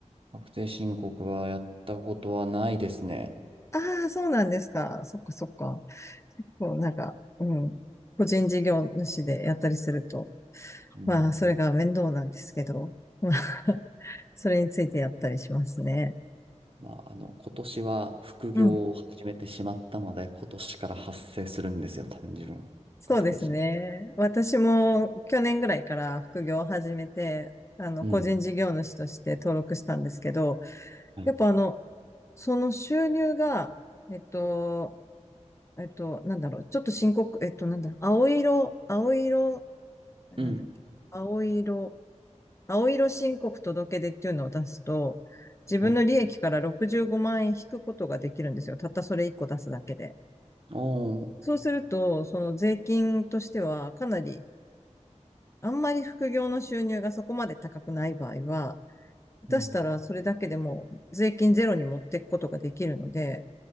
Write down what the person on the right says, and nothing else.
確定申告はやったことはないですね。
うん。
まあ、あの、今年は副業を始めてしまったので、
今年から発生するんですよ、多分自分。
確定し。
うん。
はい。
うん。
はい。
おー。
うん。